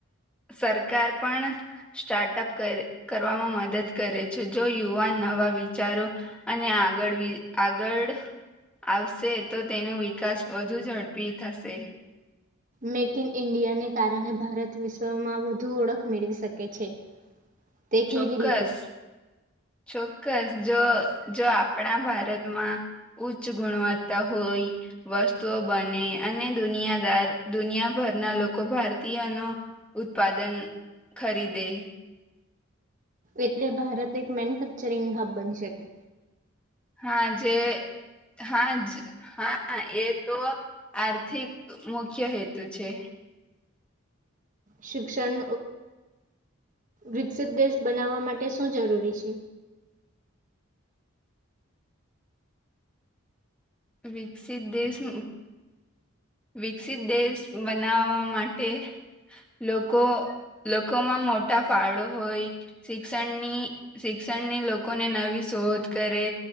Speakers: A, in the centre; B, on the right.
A: સરકાર પણ સ્ટાર્ટઅપ કરવામાં મદદ કરે છે જો યુવાન નવા વિચારો અને આગળ આગળ આવશે તો તેનો વિકાસ વધુ ઝડપી થશે
B: મેક ઇન ઈન્ડિયાને કારણે ભારત વિશ્વમાં વધુ ઓળખ મેળવી શકે છે તે
A: ચોક્કસ
B: કેવી રીતે
A: ચોક્કસ જો જો આપણા ભારતમાં ઉચ્ચ ગુણવત્તા હોય વસ્તુઓ બને અને દુનિયાદાર દુનિયાભરના લોકો ભારતીયનો ઉત્પાદન ખરીદે
B: એટલે ભારત એક મેન્યુફેક્ચરિંગ હબ બની શકે
A: હા જે હા જ હા એ તો આર્થિક મુખ્ય હેતુ છે
B: શિક્ષણ વિકસિત દેશ બનાવવા માટે શું જરૂરી છે
A: વિકસિત દેશ વિકસિત દેશ બનાવવા માટે લોકો લોકોમાં મોટા ફાળો હોય શિક્ષણની શિક્ષણની લોકોને નવી શોધ કરે